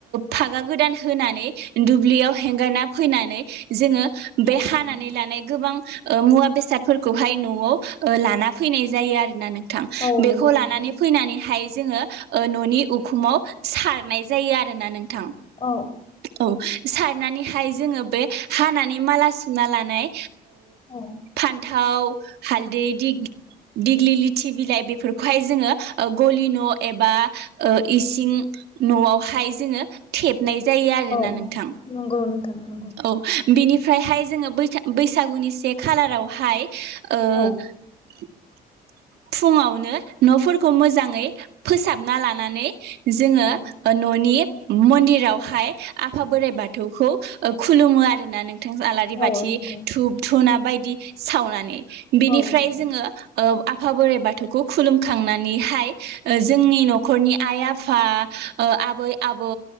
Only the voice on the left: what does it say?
औ
औ
औ
नंगौ
नोंथां
औ
औ
औ
औ नंगौ नोंथां नंगौ
औ
औ
औ
औ नंगौ
औ नोंथां